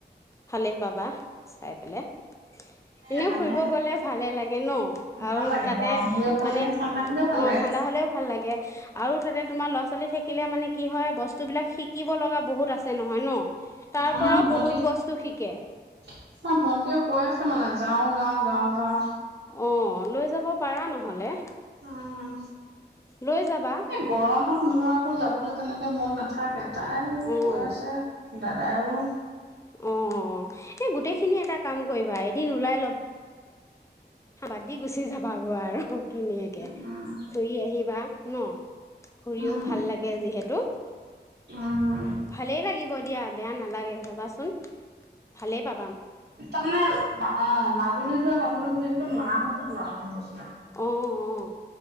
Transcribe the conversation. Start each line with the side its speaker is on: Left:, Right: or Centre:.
Left: ভালেই পাবা চাই পেলাই
Right: সেই
Left: এনেও
Right: মানে
Left: ফুৰিব গলে ভালে লাগে হনো অ আৰু
Right: ভাল লাগে
Left: তাতে
Right: গৰম হলেও ভাল
Left: মানে
Right: লাগে ঠাণ্ডা হলেও ভাল
Left: অ
Right: লাগে।
Left: ঠাণ্ডা হলেও ভাল লাগে। আৰু তাতে তোমাৰ লৰা ছোৱালী থাকিলে মানে কি হয় বস্তু বস্তুবিলাক শিকিব লগা বহুত আছে নহয় ন তাৰ
Right: আমাৰ
Left: পৰাও
Right: ভন্টি,
Left: বহুত বস্তু শিকে
Right: আমাৰ ভন্টীয়েও কৈ আছে মানে আজ যাওঁ যাওঁ যাওঁ যাওঁ
Left: অঁ লৈ যাব পাৰা নহলে।
Right: উম
Left: লৈ যাবা
Right: এই গৰমত মোৰ আকৌ যাবলৈ তেনেকে মন নাথাকে তাই
Left: অঁ
Right: কৈ আছে দা <unintelligible>
Left: অঁ এই গোটেই খিনি এটা কাম কৰিবা এই দিন ওলাই লওক। বাটদি গুচি যাবাগৈ আৰু ধুনীয়াকে
Right: উম,
Left: ঘূৰি আহিবা। ন? ঘূৰিও
Right: উম,
Left: ভাল লাগে যিহেতু।
Right: উম,
Left: ভালেই লাগিব। দিয়া বেয়া নালাগে যাবাচোন ভালে পা
Right: তাৰ মানে অ মাজুলী যোৱা কথাটো সুধিছিলো মা সতো যোৱা কথা কৈছে।
Left: অ-অ